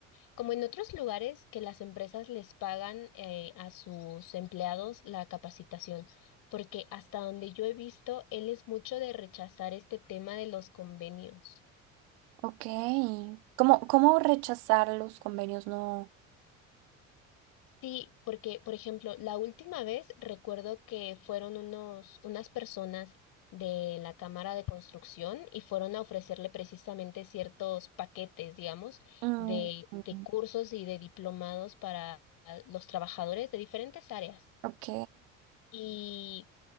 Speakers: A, on the left; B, on the right.
A: Como en otros lugares que las empresas les pagan eh, a sus empleados la capacitación, porque hasta donde yo he visto, él es mucho de rechazar este tema de los convenios.
B: ok. ¿Cómo, cómo rechazar los convenios? No.
A: Sí, porque, por ejemplo, la última vez recuerdo que fueron unos, unas personas de la Cámara de Construcción y fueron a ofrecerle precisamente ciertos paquetes, digamos,
B: Mm,
A: de,
B: mm,
A: de cursos y de diplomados para ah, los trabajadores de diferentes áreas.
B: ok.
A: y